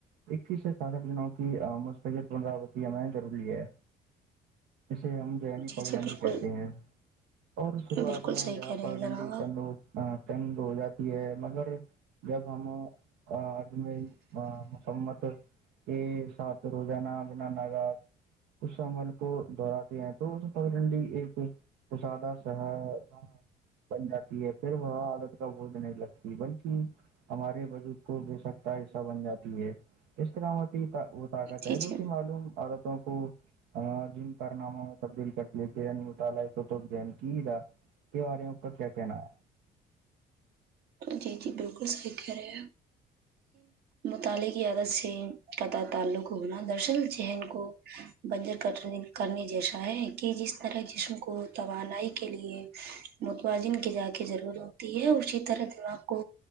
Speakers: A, on the right; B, on the right.
A: اکیس سے ساٹھ دنوں کی مستقل بغاوتی ہمیں ضروری ہے شے ہم یعنی
B: جی
A: پگڈنڈی
B: جی بالکل
A: کہتے ہیں اور شروعات
B: بالکل
A: میں
B: صحیح
A: اں
B: کہہ رہے
A: پگڈنڈی
B: ہیں جناب آپ
A: تندو ہ ٹنڈ ہو جاتی ہے مگر جب ہم عدم مسممت کے ساتھ روزانہ بنا ناگ اس عمل کو دہراتے ہیں تو پ ڈنی ایکسادہ شہر بن جاتی ہے پھر وہاں عادت کا بج نہیں لگتی بنتی ہمارے وجود کو بے سکتا حصہ بن جاتی ہے اس طرامتی ہی وہ طاقت ہے
B: جی جی
A: جو معلوم عادتوں کو جن کارناموں میں تبدیل کر لیر مطالعہ س تو جنکی کے بارے اوپر کیا کہنا ہے
B: جی جی بالکل صحیح کہہ رہے ہیں مطالعے کی عادت سے قطع تعلق ہونا درصل ذہن کو بنجر کٹنے کرنے جیسا ہے کہ جس طرح جسم کو توانائی کے لیے متوازن کی جا کی ضرورت ہوتی ہے ا چیت طرح دماغ کو